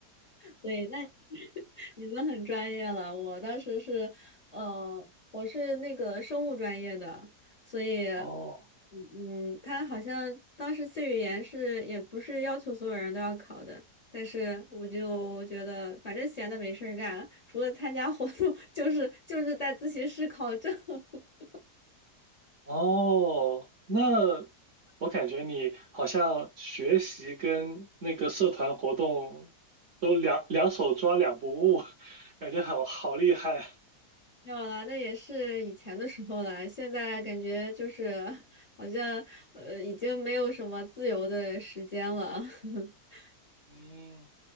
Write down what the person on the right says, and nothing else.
<laughs> 哦，
哦，那我感觉你好像学习跟那个社团活动都两两手抓两不误，<laughs> 感觉好好厉害。
嗯。